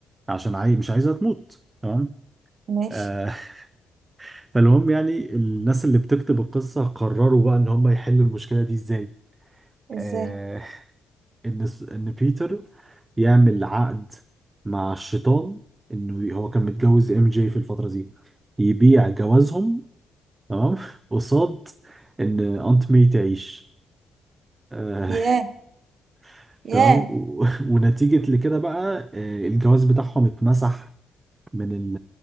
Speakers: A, on the right; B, on the right.
A: عشان عاي... مش عايزها تموت تمام
B: ماشي
A: آه، <laughs> فالمهم يعني الناس اللي بتكتب القصة قرروا بقى إن هم يحلوا المشكلة دي ازاي
B: ازاي
A: آه، ان س- ان بيتر يعمل عقد مع الشيطان انه ي- هو كان متجوز ام جي في الفتره دي يبيع جوازهم تمام قصاد ان انت مي تعيش آه،
B: ياه
A: <laughs>
B: ياه
A: تمام و- ونتيجه لكده بقى آه، الجواز بتاعهم اتمسح من ال